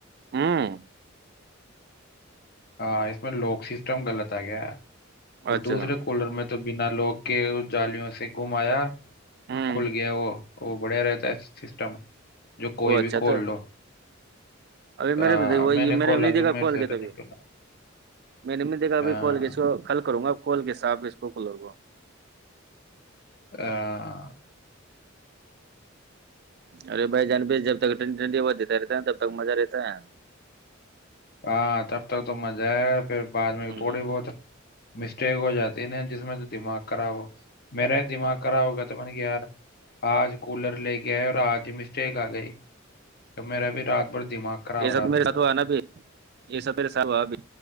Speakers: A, on the right; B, on the left.
A: ہوں
B: ہاں اس میں لوک سسٹم غلط آ گیا ار اور
A: اچھا
B: دوسرے کولر میں تو بنا لوگ کے جالیوں سے گم آیا اور
A: ہوں
B: کھل گیا وہ وہ بڑھیا رہتا ہے سسٹم جو کوئی
A: وہ اچھا
B: بھی کھول
A: تھا
B: لو
A: ابھی
B: آ،
A: میرے وہ میں
B: کھولا
A: نے نہیں
B: جو
A: دیکھا
B: میرے
A: کھول
B: سے
A: کے تو
B: نکلا
A: میں نے بھی نہیں دیکھا ابھی
B: ہاں
A: کھول کے اس کو کھل کروں گا <unintelligible>
B: <unintelligible>
A: ارے بھائی جان جب تک ٹھنڈی ٹھنڈی ہوا دیتا رہتا ہے تب تک مزہ رہتا ہے
B: ہاں تب تک تو مزہ ہے پھر بعد
A: ہے
B: میں تھوڑی بہت مسٹیک ہو جاتا دنے جس میں تو دماغ خراب ہو میرا ہی دماغ خراب ہو گیا تو میں نے کہا یار آج کولر لے کے آئے اور آج مسٹیک آ گئی تو میرا بھی رات بھر دماغ خراب
A: ایسا
B: رہا
A: تو
B: پھر
A: میرے ساتھ ہوا ہے نا پھر یہ سب میرے ساتھ ہوا بی